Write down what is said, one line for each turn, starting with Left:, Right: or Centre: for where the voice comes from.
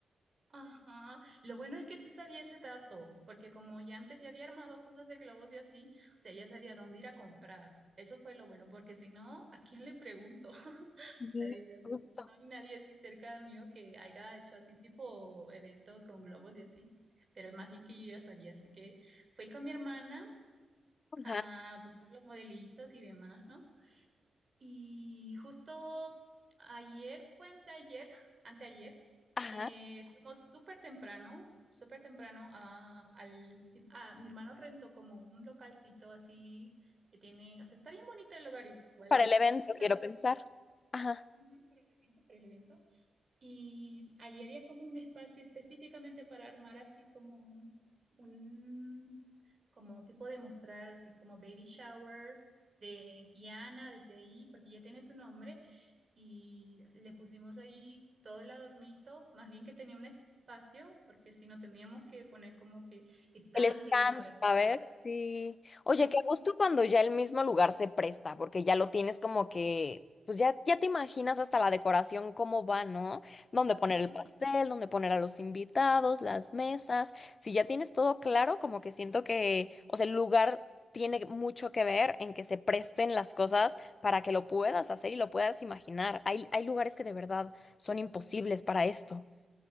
Right: Ajá, lo bueno es que sí sabía ese dato, porque como ya antes ya había armado cosas de globos y así, o sea, ya sabía dónde ir a comprar. Eso fue lo bueno, porque si no, ¿a quién le pregunto? <laughs>
Left: Sí,
Right: Nadie, o sea,
Left: justo.
Right: no hay nadie así cerca mío que haya hecho así tipo eventos con globos y así, pero más bien que yo ya sabía, así que fui con mi hermana a
Left: Ajá,
Right: buscar los modelitos y demás, ¿no? Y justo ayer, fue anteayer, <laughs> anteayer,
Left: ajá.
Right: eh, fuimos súper temprano, súper temprano a, al tip- a- mi hermano rentó como un localcito así que tiene, o sea, está bien bonito el lugar igual,
Left: Para el evento
Right: no necesitaba
Left: quiero pensar. Ajá.
Right: ujú, para el evento, para el evento. Y allí había como un espacio específicamente para armar así como un, como tipo de mostrar así como baby shower de Diana, desde ahí, porque ya tiene su nombre y le pusimos ahí todo el adornito, más bien que tenía un espacio, porque si no teníamos que poner como que estantes
Left: El stand,
Right: para separar.
Left: ¿sabes? Sí. Oye,
Right: Ujú.
Left: qué gusto cuando ya el mismo lugar se presta, porque ya lo tienes como que, pues ya, ya te imaginas hasta la decoración cómo va, ¿no? Dónde
Right: Ujú.
Left: poner el pastel, dónde poner a los invitados, las mesas. Si ya tienes todo claro, como que siento que, o sea, el lugar tiene mucho que ver en que se presten las cosas para que lo puedas hacer y lo puedas imaginar. Hay, hay lugares que de verdad son imposibles para esto.